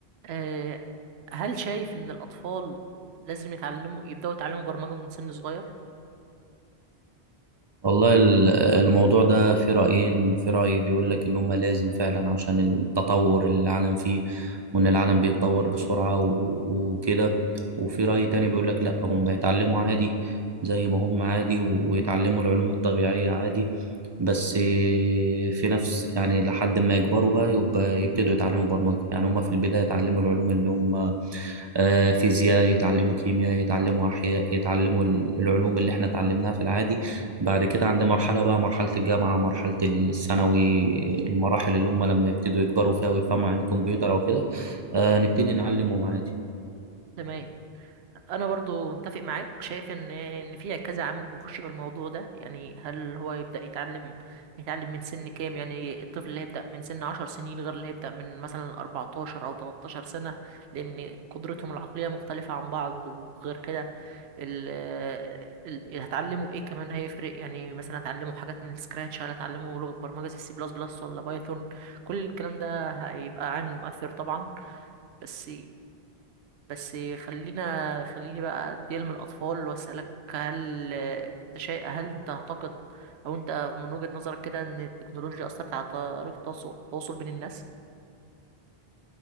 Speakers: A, on the right; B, on the right.
A: آه، هل شايف إن الأطفال لازم يتعلموا يبدأوا يتعلموا برمجة من سن صغير؟
B: والله ال- الموضوع ده في رأيين في رأي بيقول لك إن هما لازم فعلا عشان التطور اللي العالم فيه وإن العالم بيتطور بسرعة و- وكده وفي رأي تاني بيقول لك لأ هما يتعلموا عادي زي ما هم عادي و- ويتعلموا العلوم الطبيعية عادي بس في نفس يعني لحد ما يكبروا بقى يبقى يبتدوا يتعلموا برمجة يعني هما في البداية يتعلموا العلوم اللي هم آه، فيزياء يتعلموا كيمياء يتعلموا أحياء يتعلموا ال- العلوم اللي احنا اتعلمناها في العادي بعد كده عندي مرحلة بقى مرحلة الجامعة مرحلة الثانوي المراحل اللي هم لما يبتدوا يكبروا فيها ويفهموا يعني كمبيوتر أو كده آه نبتدي نعلمهم عادي
A: تمام انا برضو متفق معاك شايف ان ان في كذا عامل بيخش بالموضوع ده يعني هل هو يبدا يتعلم يتعلم من سن كام يعني الطفل اللي هيبدا من سن 10 سنين غير اللي هيبدا من مثلا 14 او 13 سنه لان قدرتهم العقليه مختلفه عن بعض وغير كده ال ال- اللي هتعلمه ايه كمان هيفرق يعني مثلا هتعلمه حاجات من السكراتش هل هتعلمه لغه برمجه زي سي بلس بلس ولا بايثون كل الكلام ده هيبقى عامل مؤثر طبعا بس بس خلينا خليني بقى انتقل من الأطفال وأسألك هل انت شيء هل انت تعتقد أو انت من وجهة نظرك كده ان التكنولوجيا أثرت على طريقة التواصل التواصل بين الناس